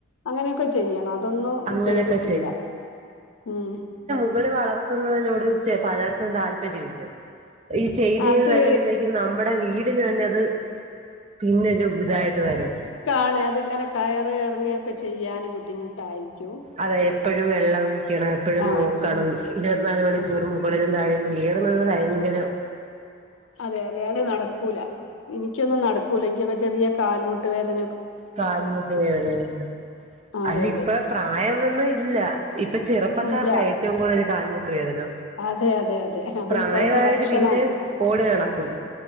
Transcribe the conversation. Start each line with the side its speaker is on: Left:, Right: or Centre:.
Left: അങ്ങനെയൊക്കെ ചെയ്യണം അതൊന്നും
Right: അങ്ങനെയൊക്കെ
Left: ചെയ്തിട്ട് ഇല്ല ഉം
Right: ഇവടെ വളർത്തുന്നതിനോട് പലർക്കും താല്പര്യ ഇല്ല ഈ ചെയ്യ്തെ
Left: അത്
Right: വരുമ്പഴ്ത്തേക്കും നമ്മുടെ വീടിന്‌ തന്നെ അത് പിന്നെ ഒരു ഇതായിട്ട് വരും
Left: ഇക്കാണ് അതിങ്ങനെ കയറ് എറങ്ങെ ഒക്കെ ചെയ്യാൻ ബുദ്ധിമുട്ടായിക്കും
Right: അതെ എപ്പഴും വെള്ളം ഒഴിക്കണം. എപ്പഴും
Left: ആഹ്
Right: നോക്കണം. ഇരുപത്തിനാല് മണിക്കൂറും
Left: ആഹ്
Right: മോളില് താഴെ കേറുന്നത് ഭയങ്കരം
Left: അതെ അതെ അത് നടക്കൂല. എനിക്കൊന്നും നടക്കൂല. ഇൻക്ക് ചെറിയ കാൽമുട്ട് വേദന
Right: കാല് മുട്ട് വേദനയുണ്ട്
Left: അതെ
Right: അല്യ
Left: അതെ
Right: ഇപ്പോ പ്രായമൊന്നും ഇല്ല. ഇപ്പ ചെറുപ്പക്കാർക്കാ
Left: ഇല്ല
Right: ഏറ്റ് റ്റവും കൂടുതൽ കാൽമുട്ട് വേദന
Left: അതെ അതെ അതെ അത്
Right: പ്രയമായവര്
Left: ഇപ്പോഴത്തെ ഭക്ഷണം
Right: പിന്നെ ഓടി നടക്കും